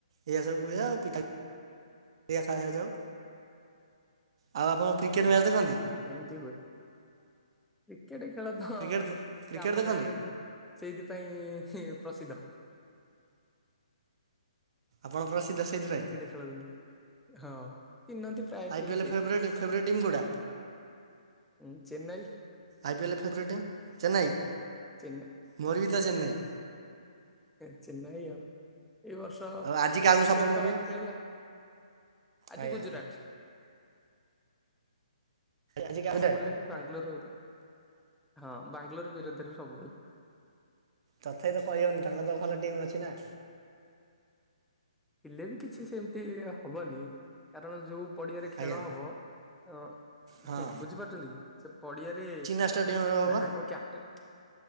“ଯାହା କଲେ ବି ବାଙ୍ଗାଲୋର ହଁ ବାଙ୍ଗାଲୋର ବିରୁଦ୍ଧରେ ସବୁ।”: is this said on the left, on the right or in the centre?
Centre